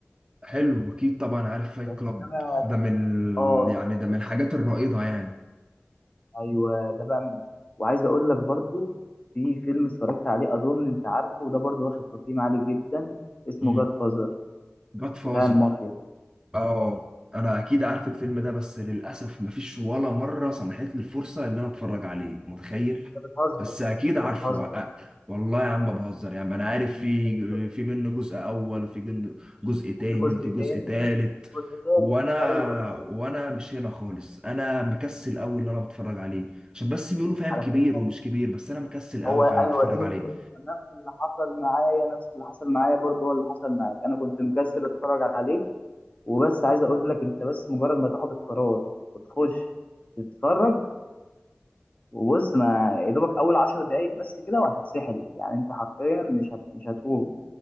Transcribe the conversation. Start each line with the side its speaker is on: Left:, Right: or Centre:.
Right: حلو اكيد طبعا عارف فايت
Left: بس
Right: كلاب
Left: ده بقى-
Right: ده من
Left: اه
Right: ال... يعني ده من الحاجات الرائدة يعني
Left: ايوه ده بقى من وعايز اقول لك برضو في فيلم اتفرجت عليه اظن انت عارفه وده برضو واخد تقييم عالي جدا اسمه
Right: امم
Left: جاد فازر
Right: جاد فازر
Left: بتاع المافيا
Right: اه انا اكيد عارف الفيلم ده بس للاسف مفيش ولا مره سمحت لي الفرصه ان انا اتفرج عليه متخيل
Left: انت بتهزر
Right: بس اكيد
Left: انت
Right: عارفه
Left: بتهزر
Right: أ- والله يا عم ما بهزر يا عم انا عارف
Left: انت
Right: في
Left: بتهزر.
Right: في منه جزء اول وفي جن- جزء تاني
Left: وفي جزء
Right: وفي جزء
Left: تاني
Right: تالت
Left: جزء تالت
Right: وانا
Left: ايوه
Right: وانا مش هنا خالص انا مكسل قوي اللي انا بتفرج عليه عشان بس بيقولوا فاهم
Left: على
Right: كبير
Left: فكره
Right: ومش كبير بس انا مكسل قوي
Left: هو ايوه
Right: فانا اتفرج
Left: دي مشكلته
Right: عليه
Left: نفس اللي حصل معايا نفس اللي حصل معايا برضو هو اللي حصل معاك انا كنت مكسر اتفرج عليه وبس عايز اقول لك انت بس مجرد ما تاخد القرار وتخش تتفرج وبص ما يا دوبك اول 10 دقايق بس كده وهتتسحل يعني انت حرفيا مش هت... مش هتقوم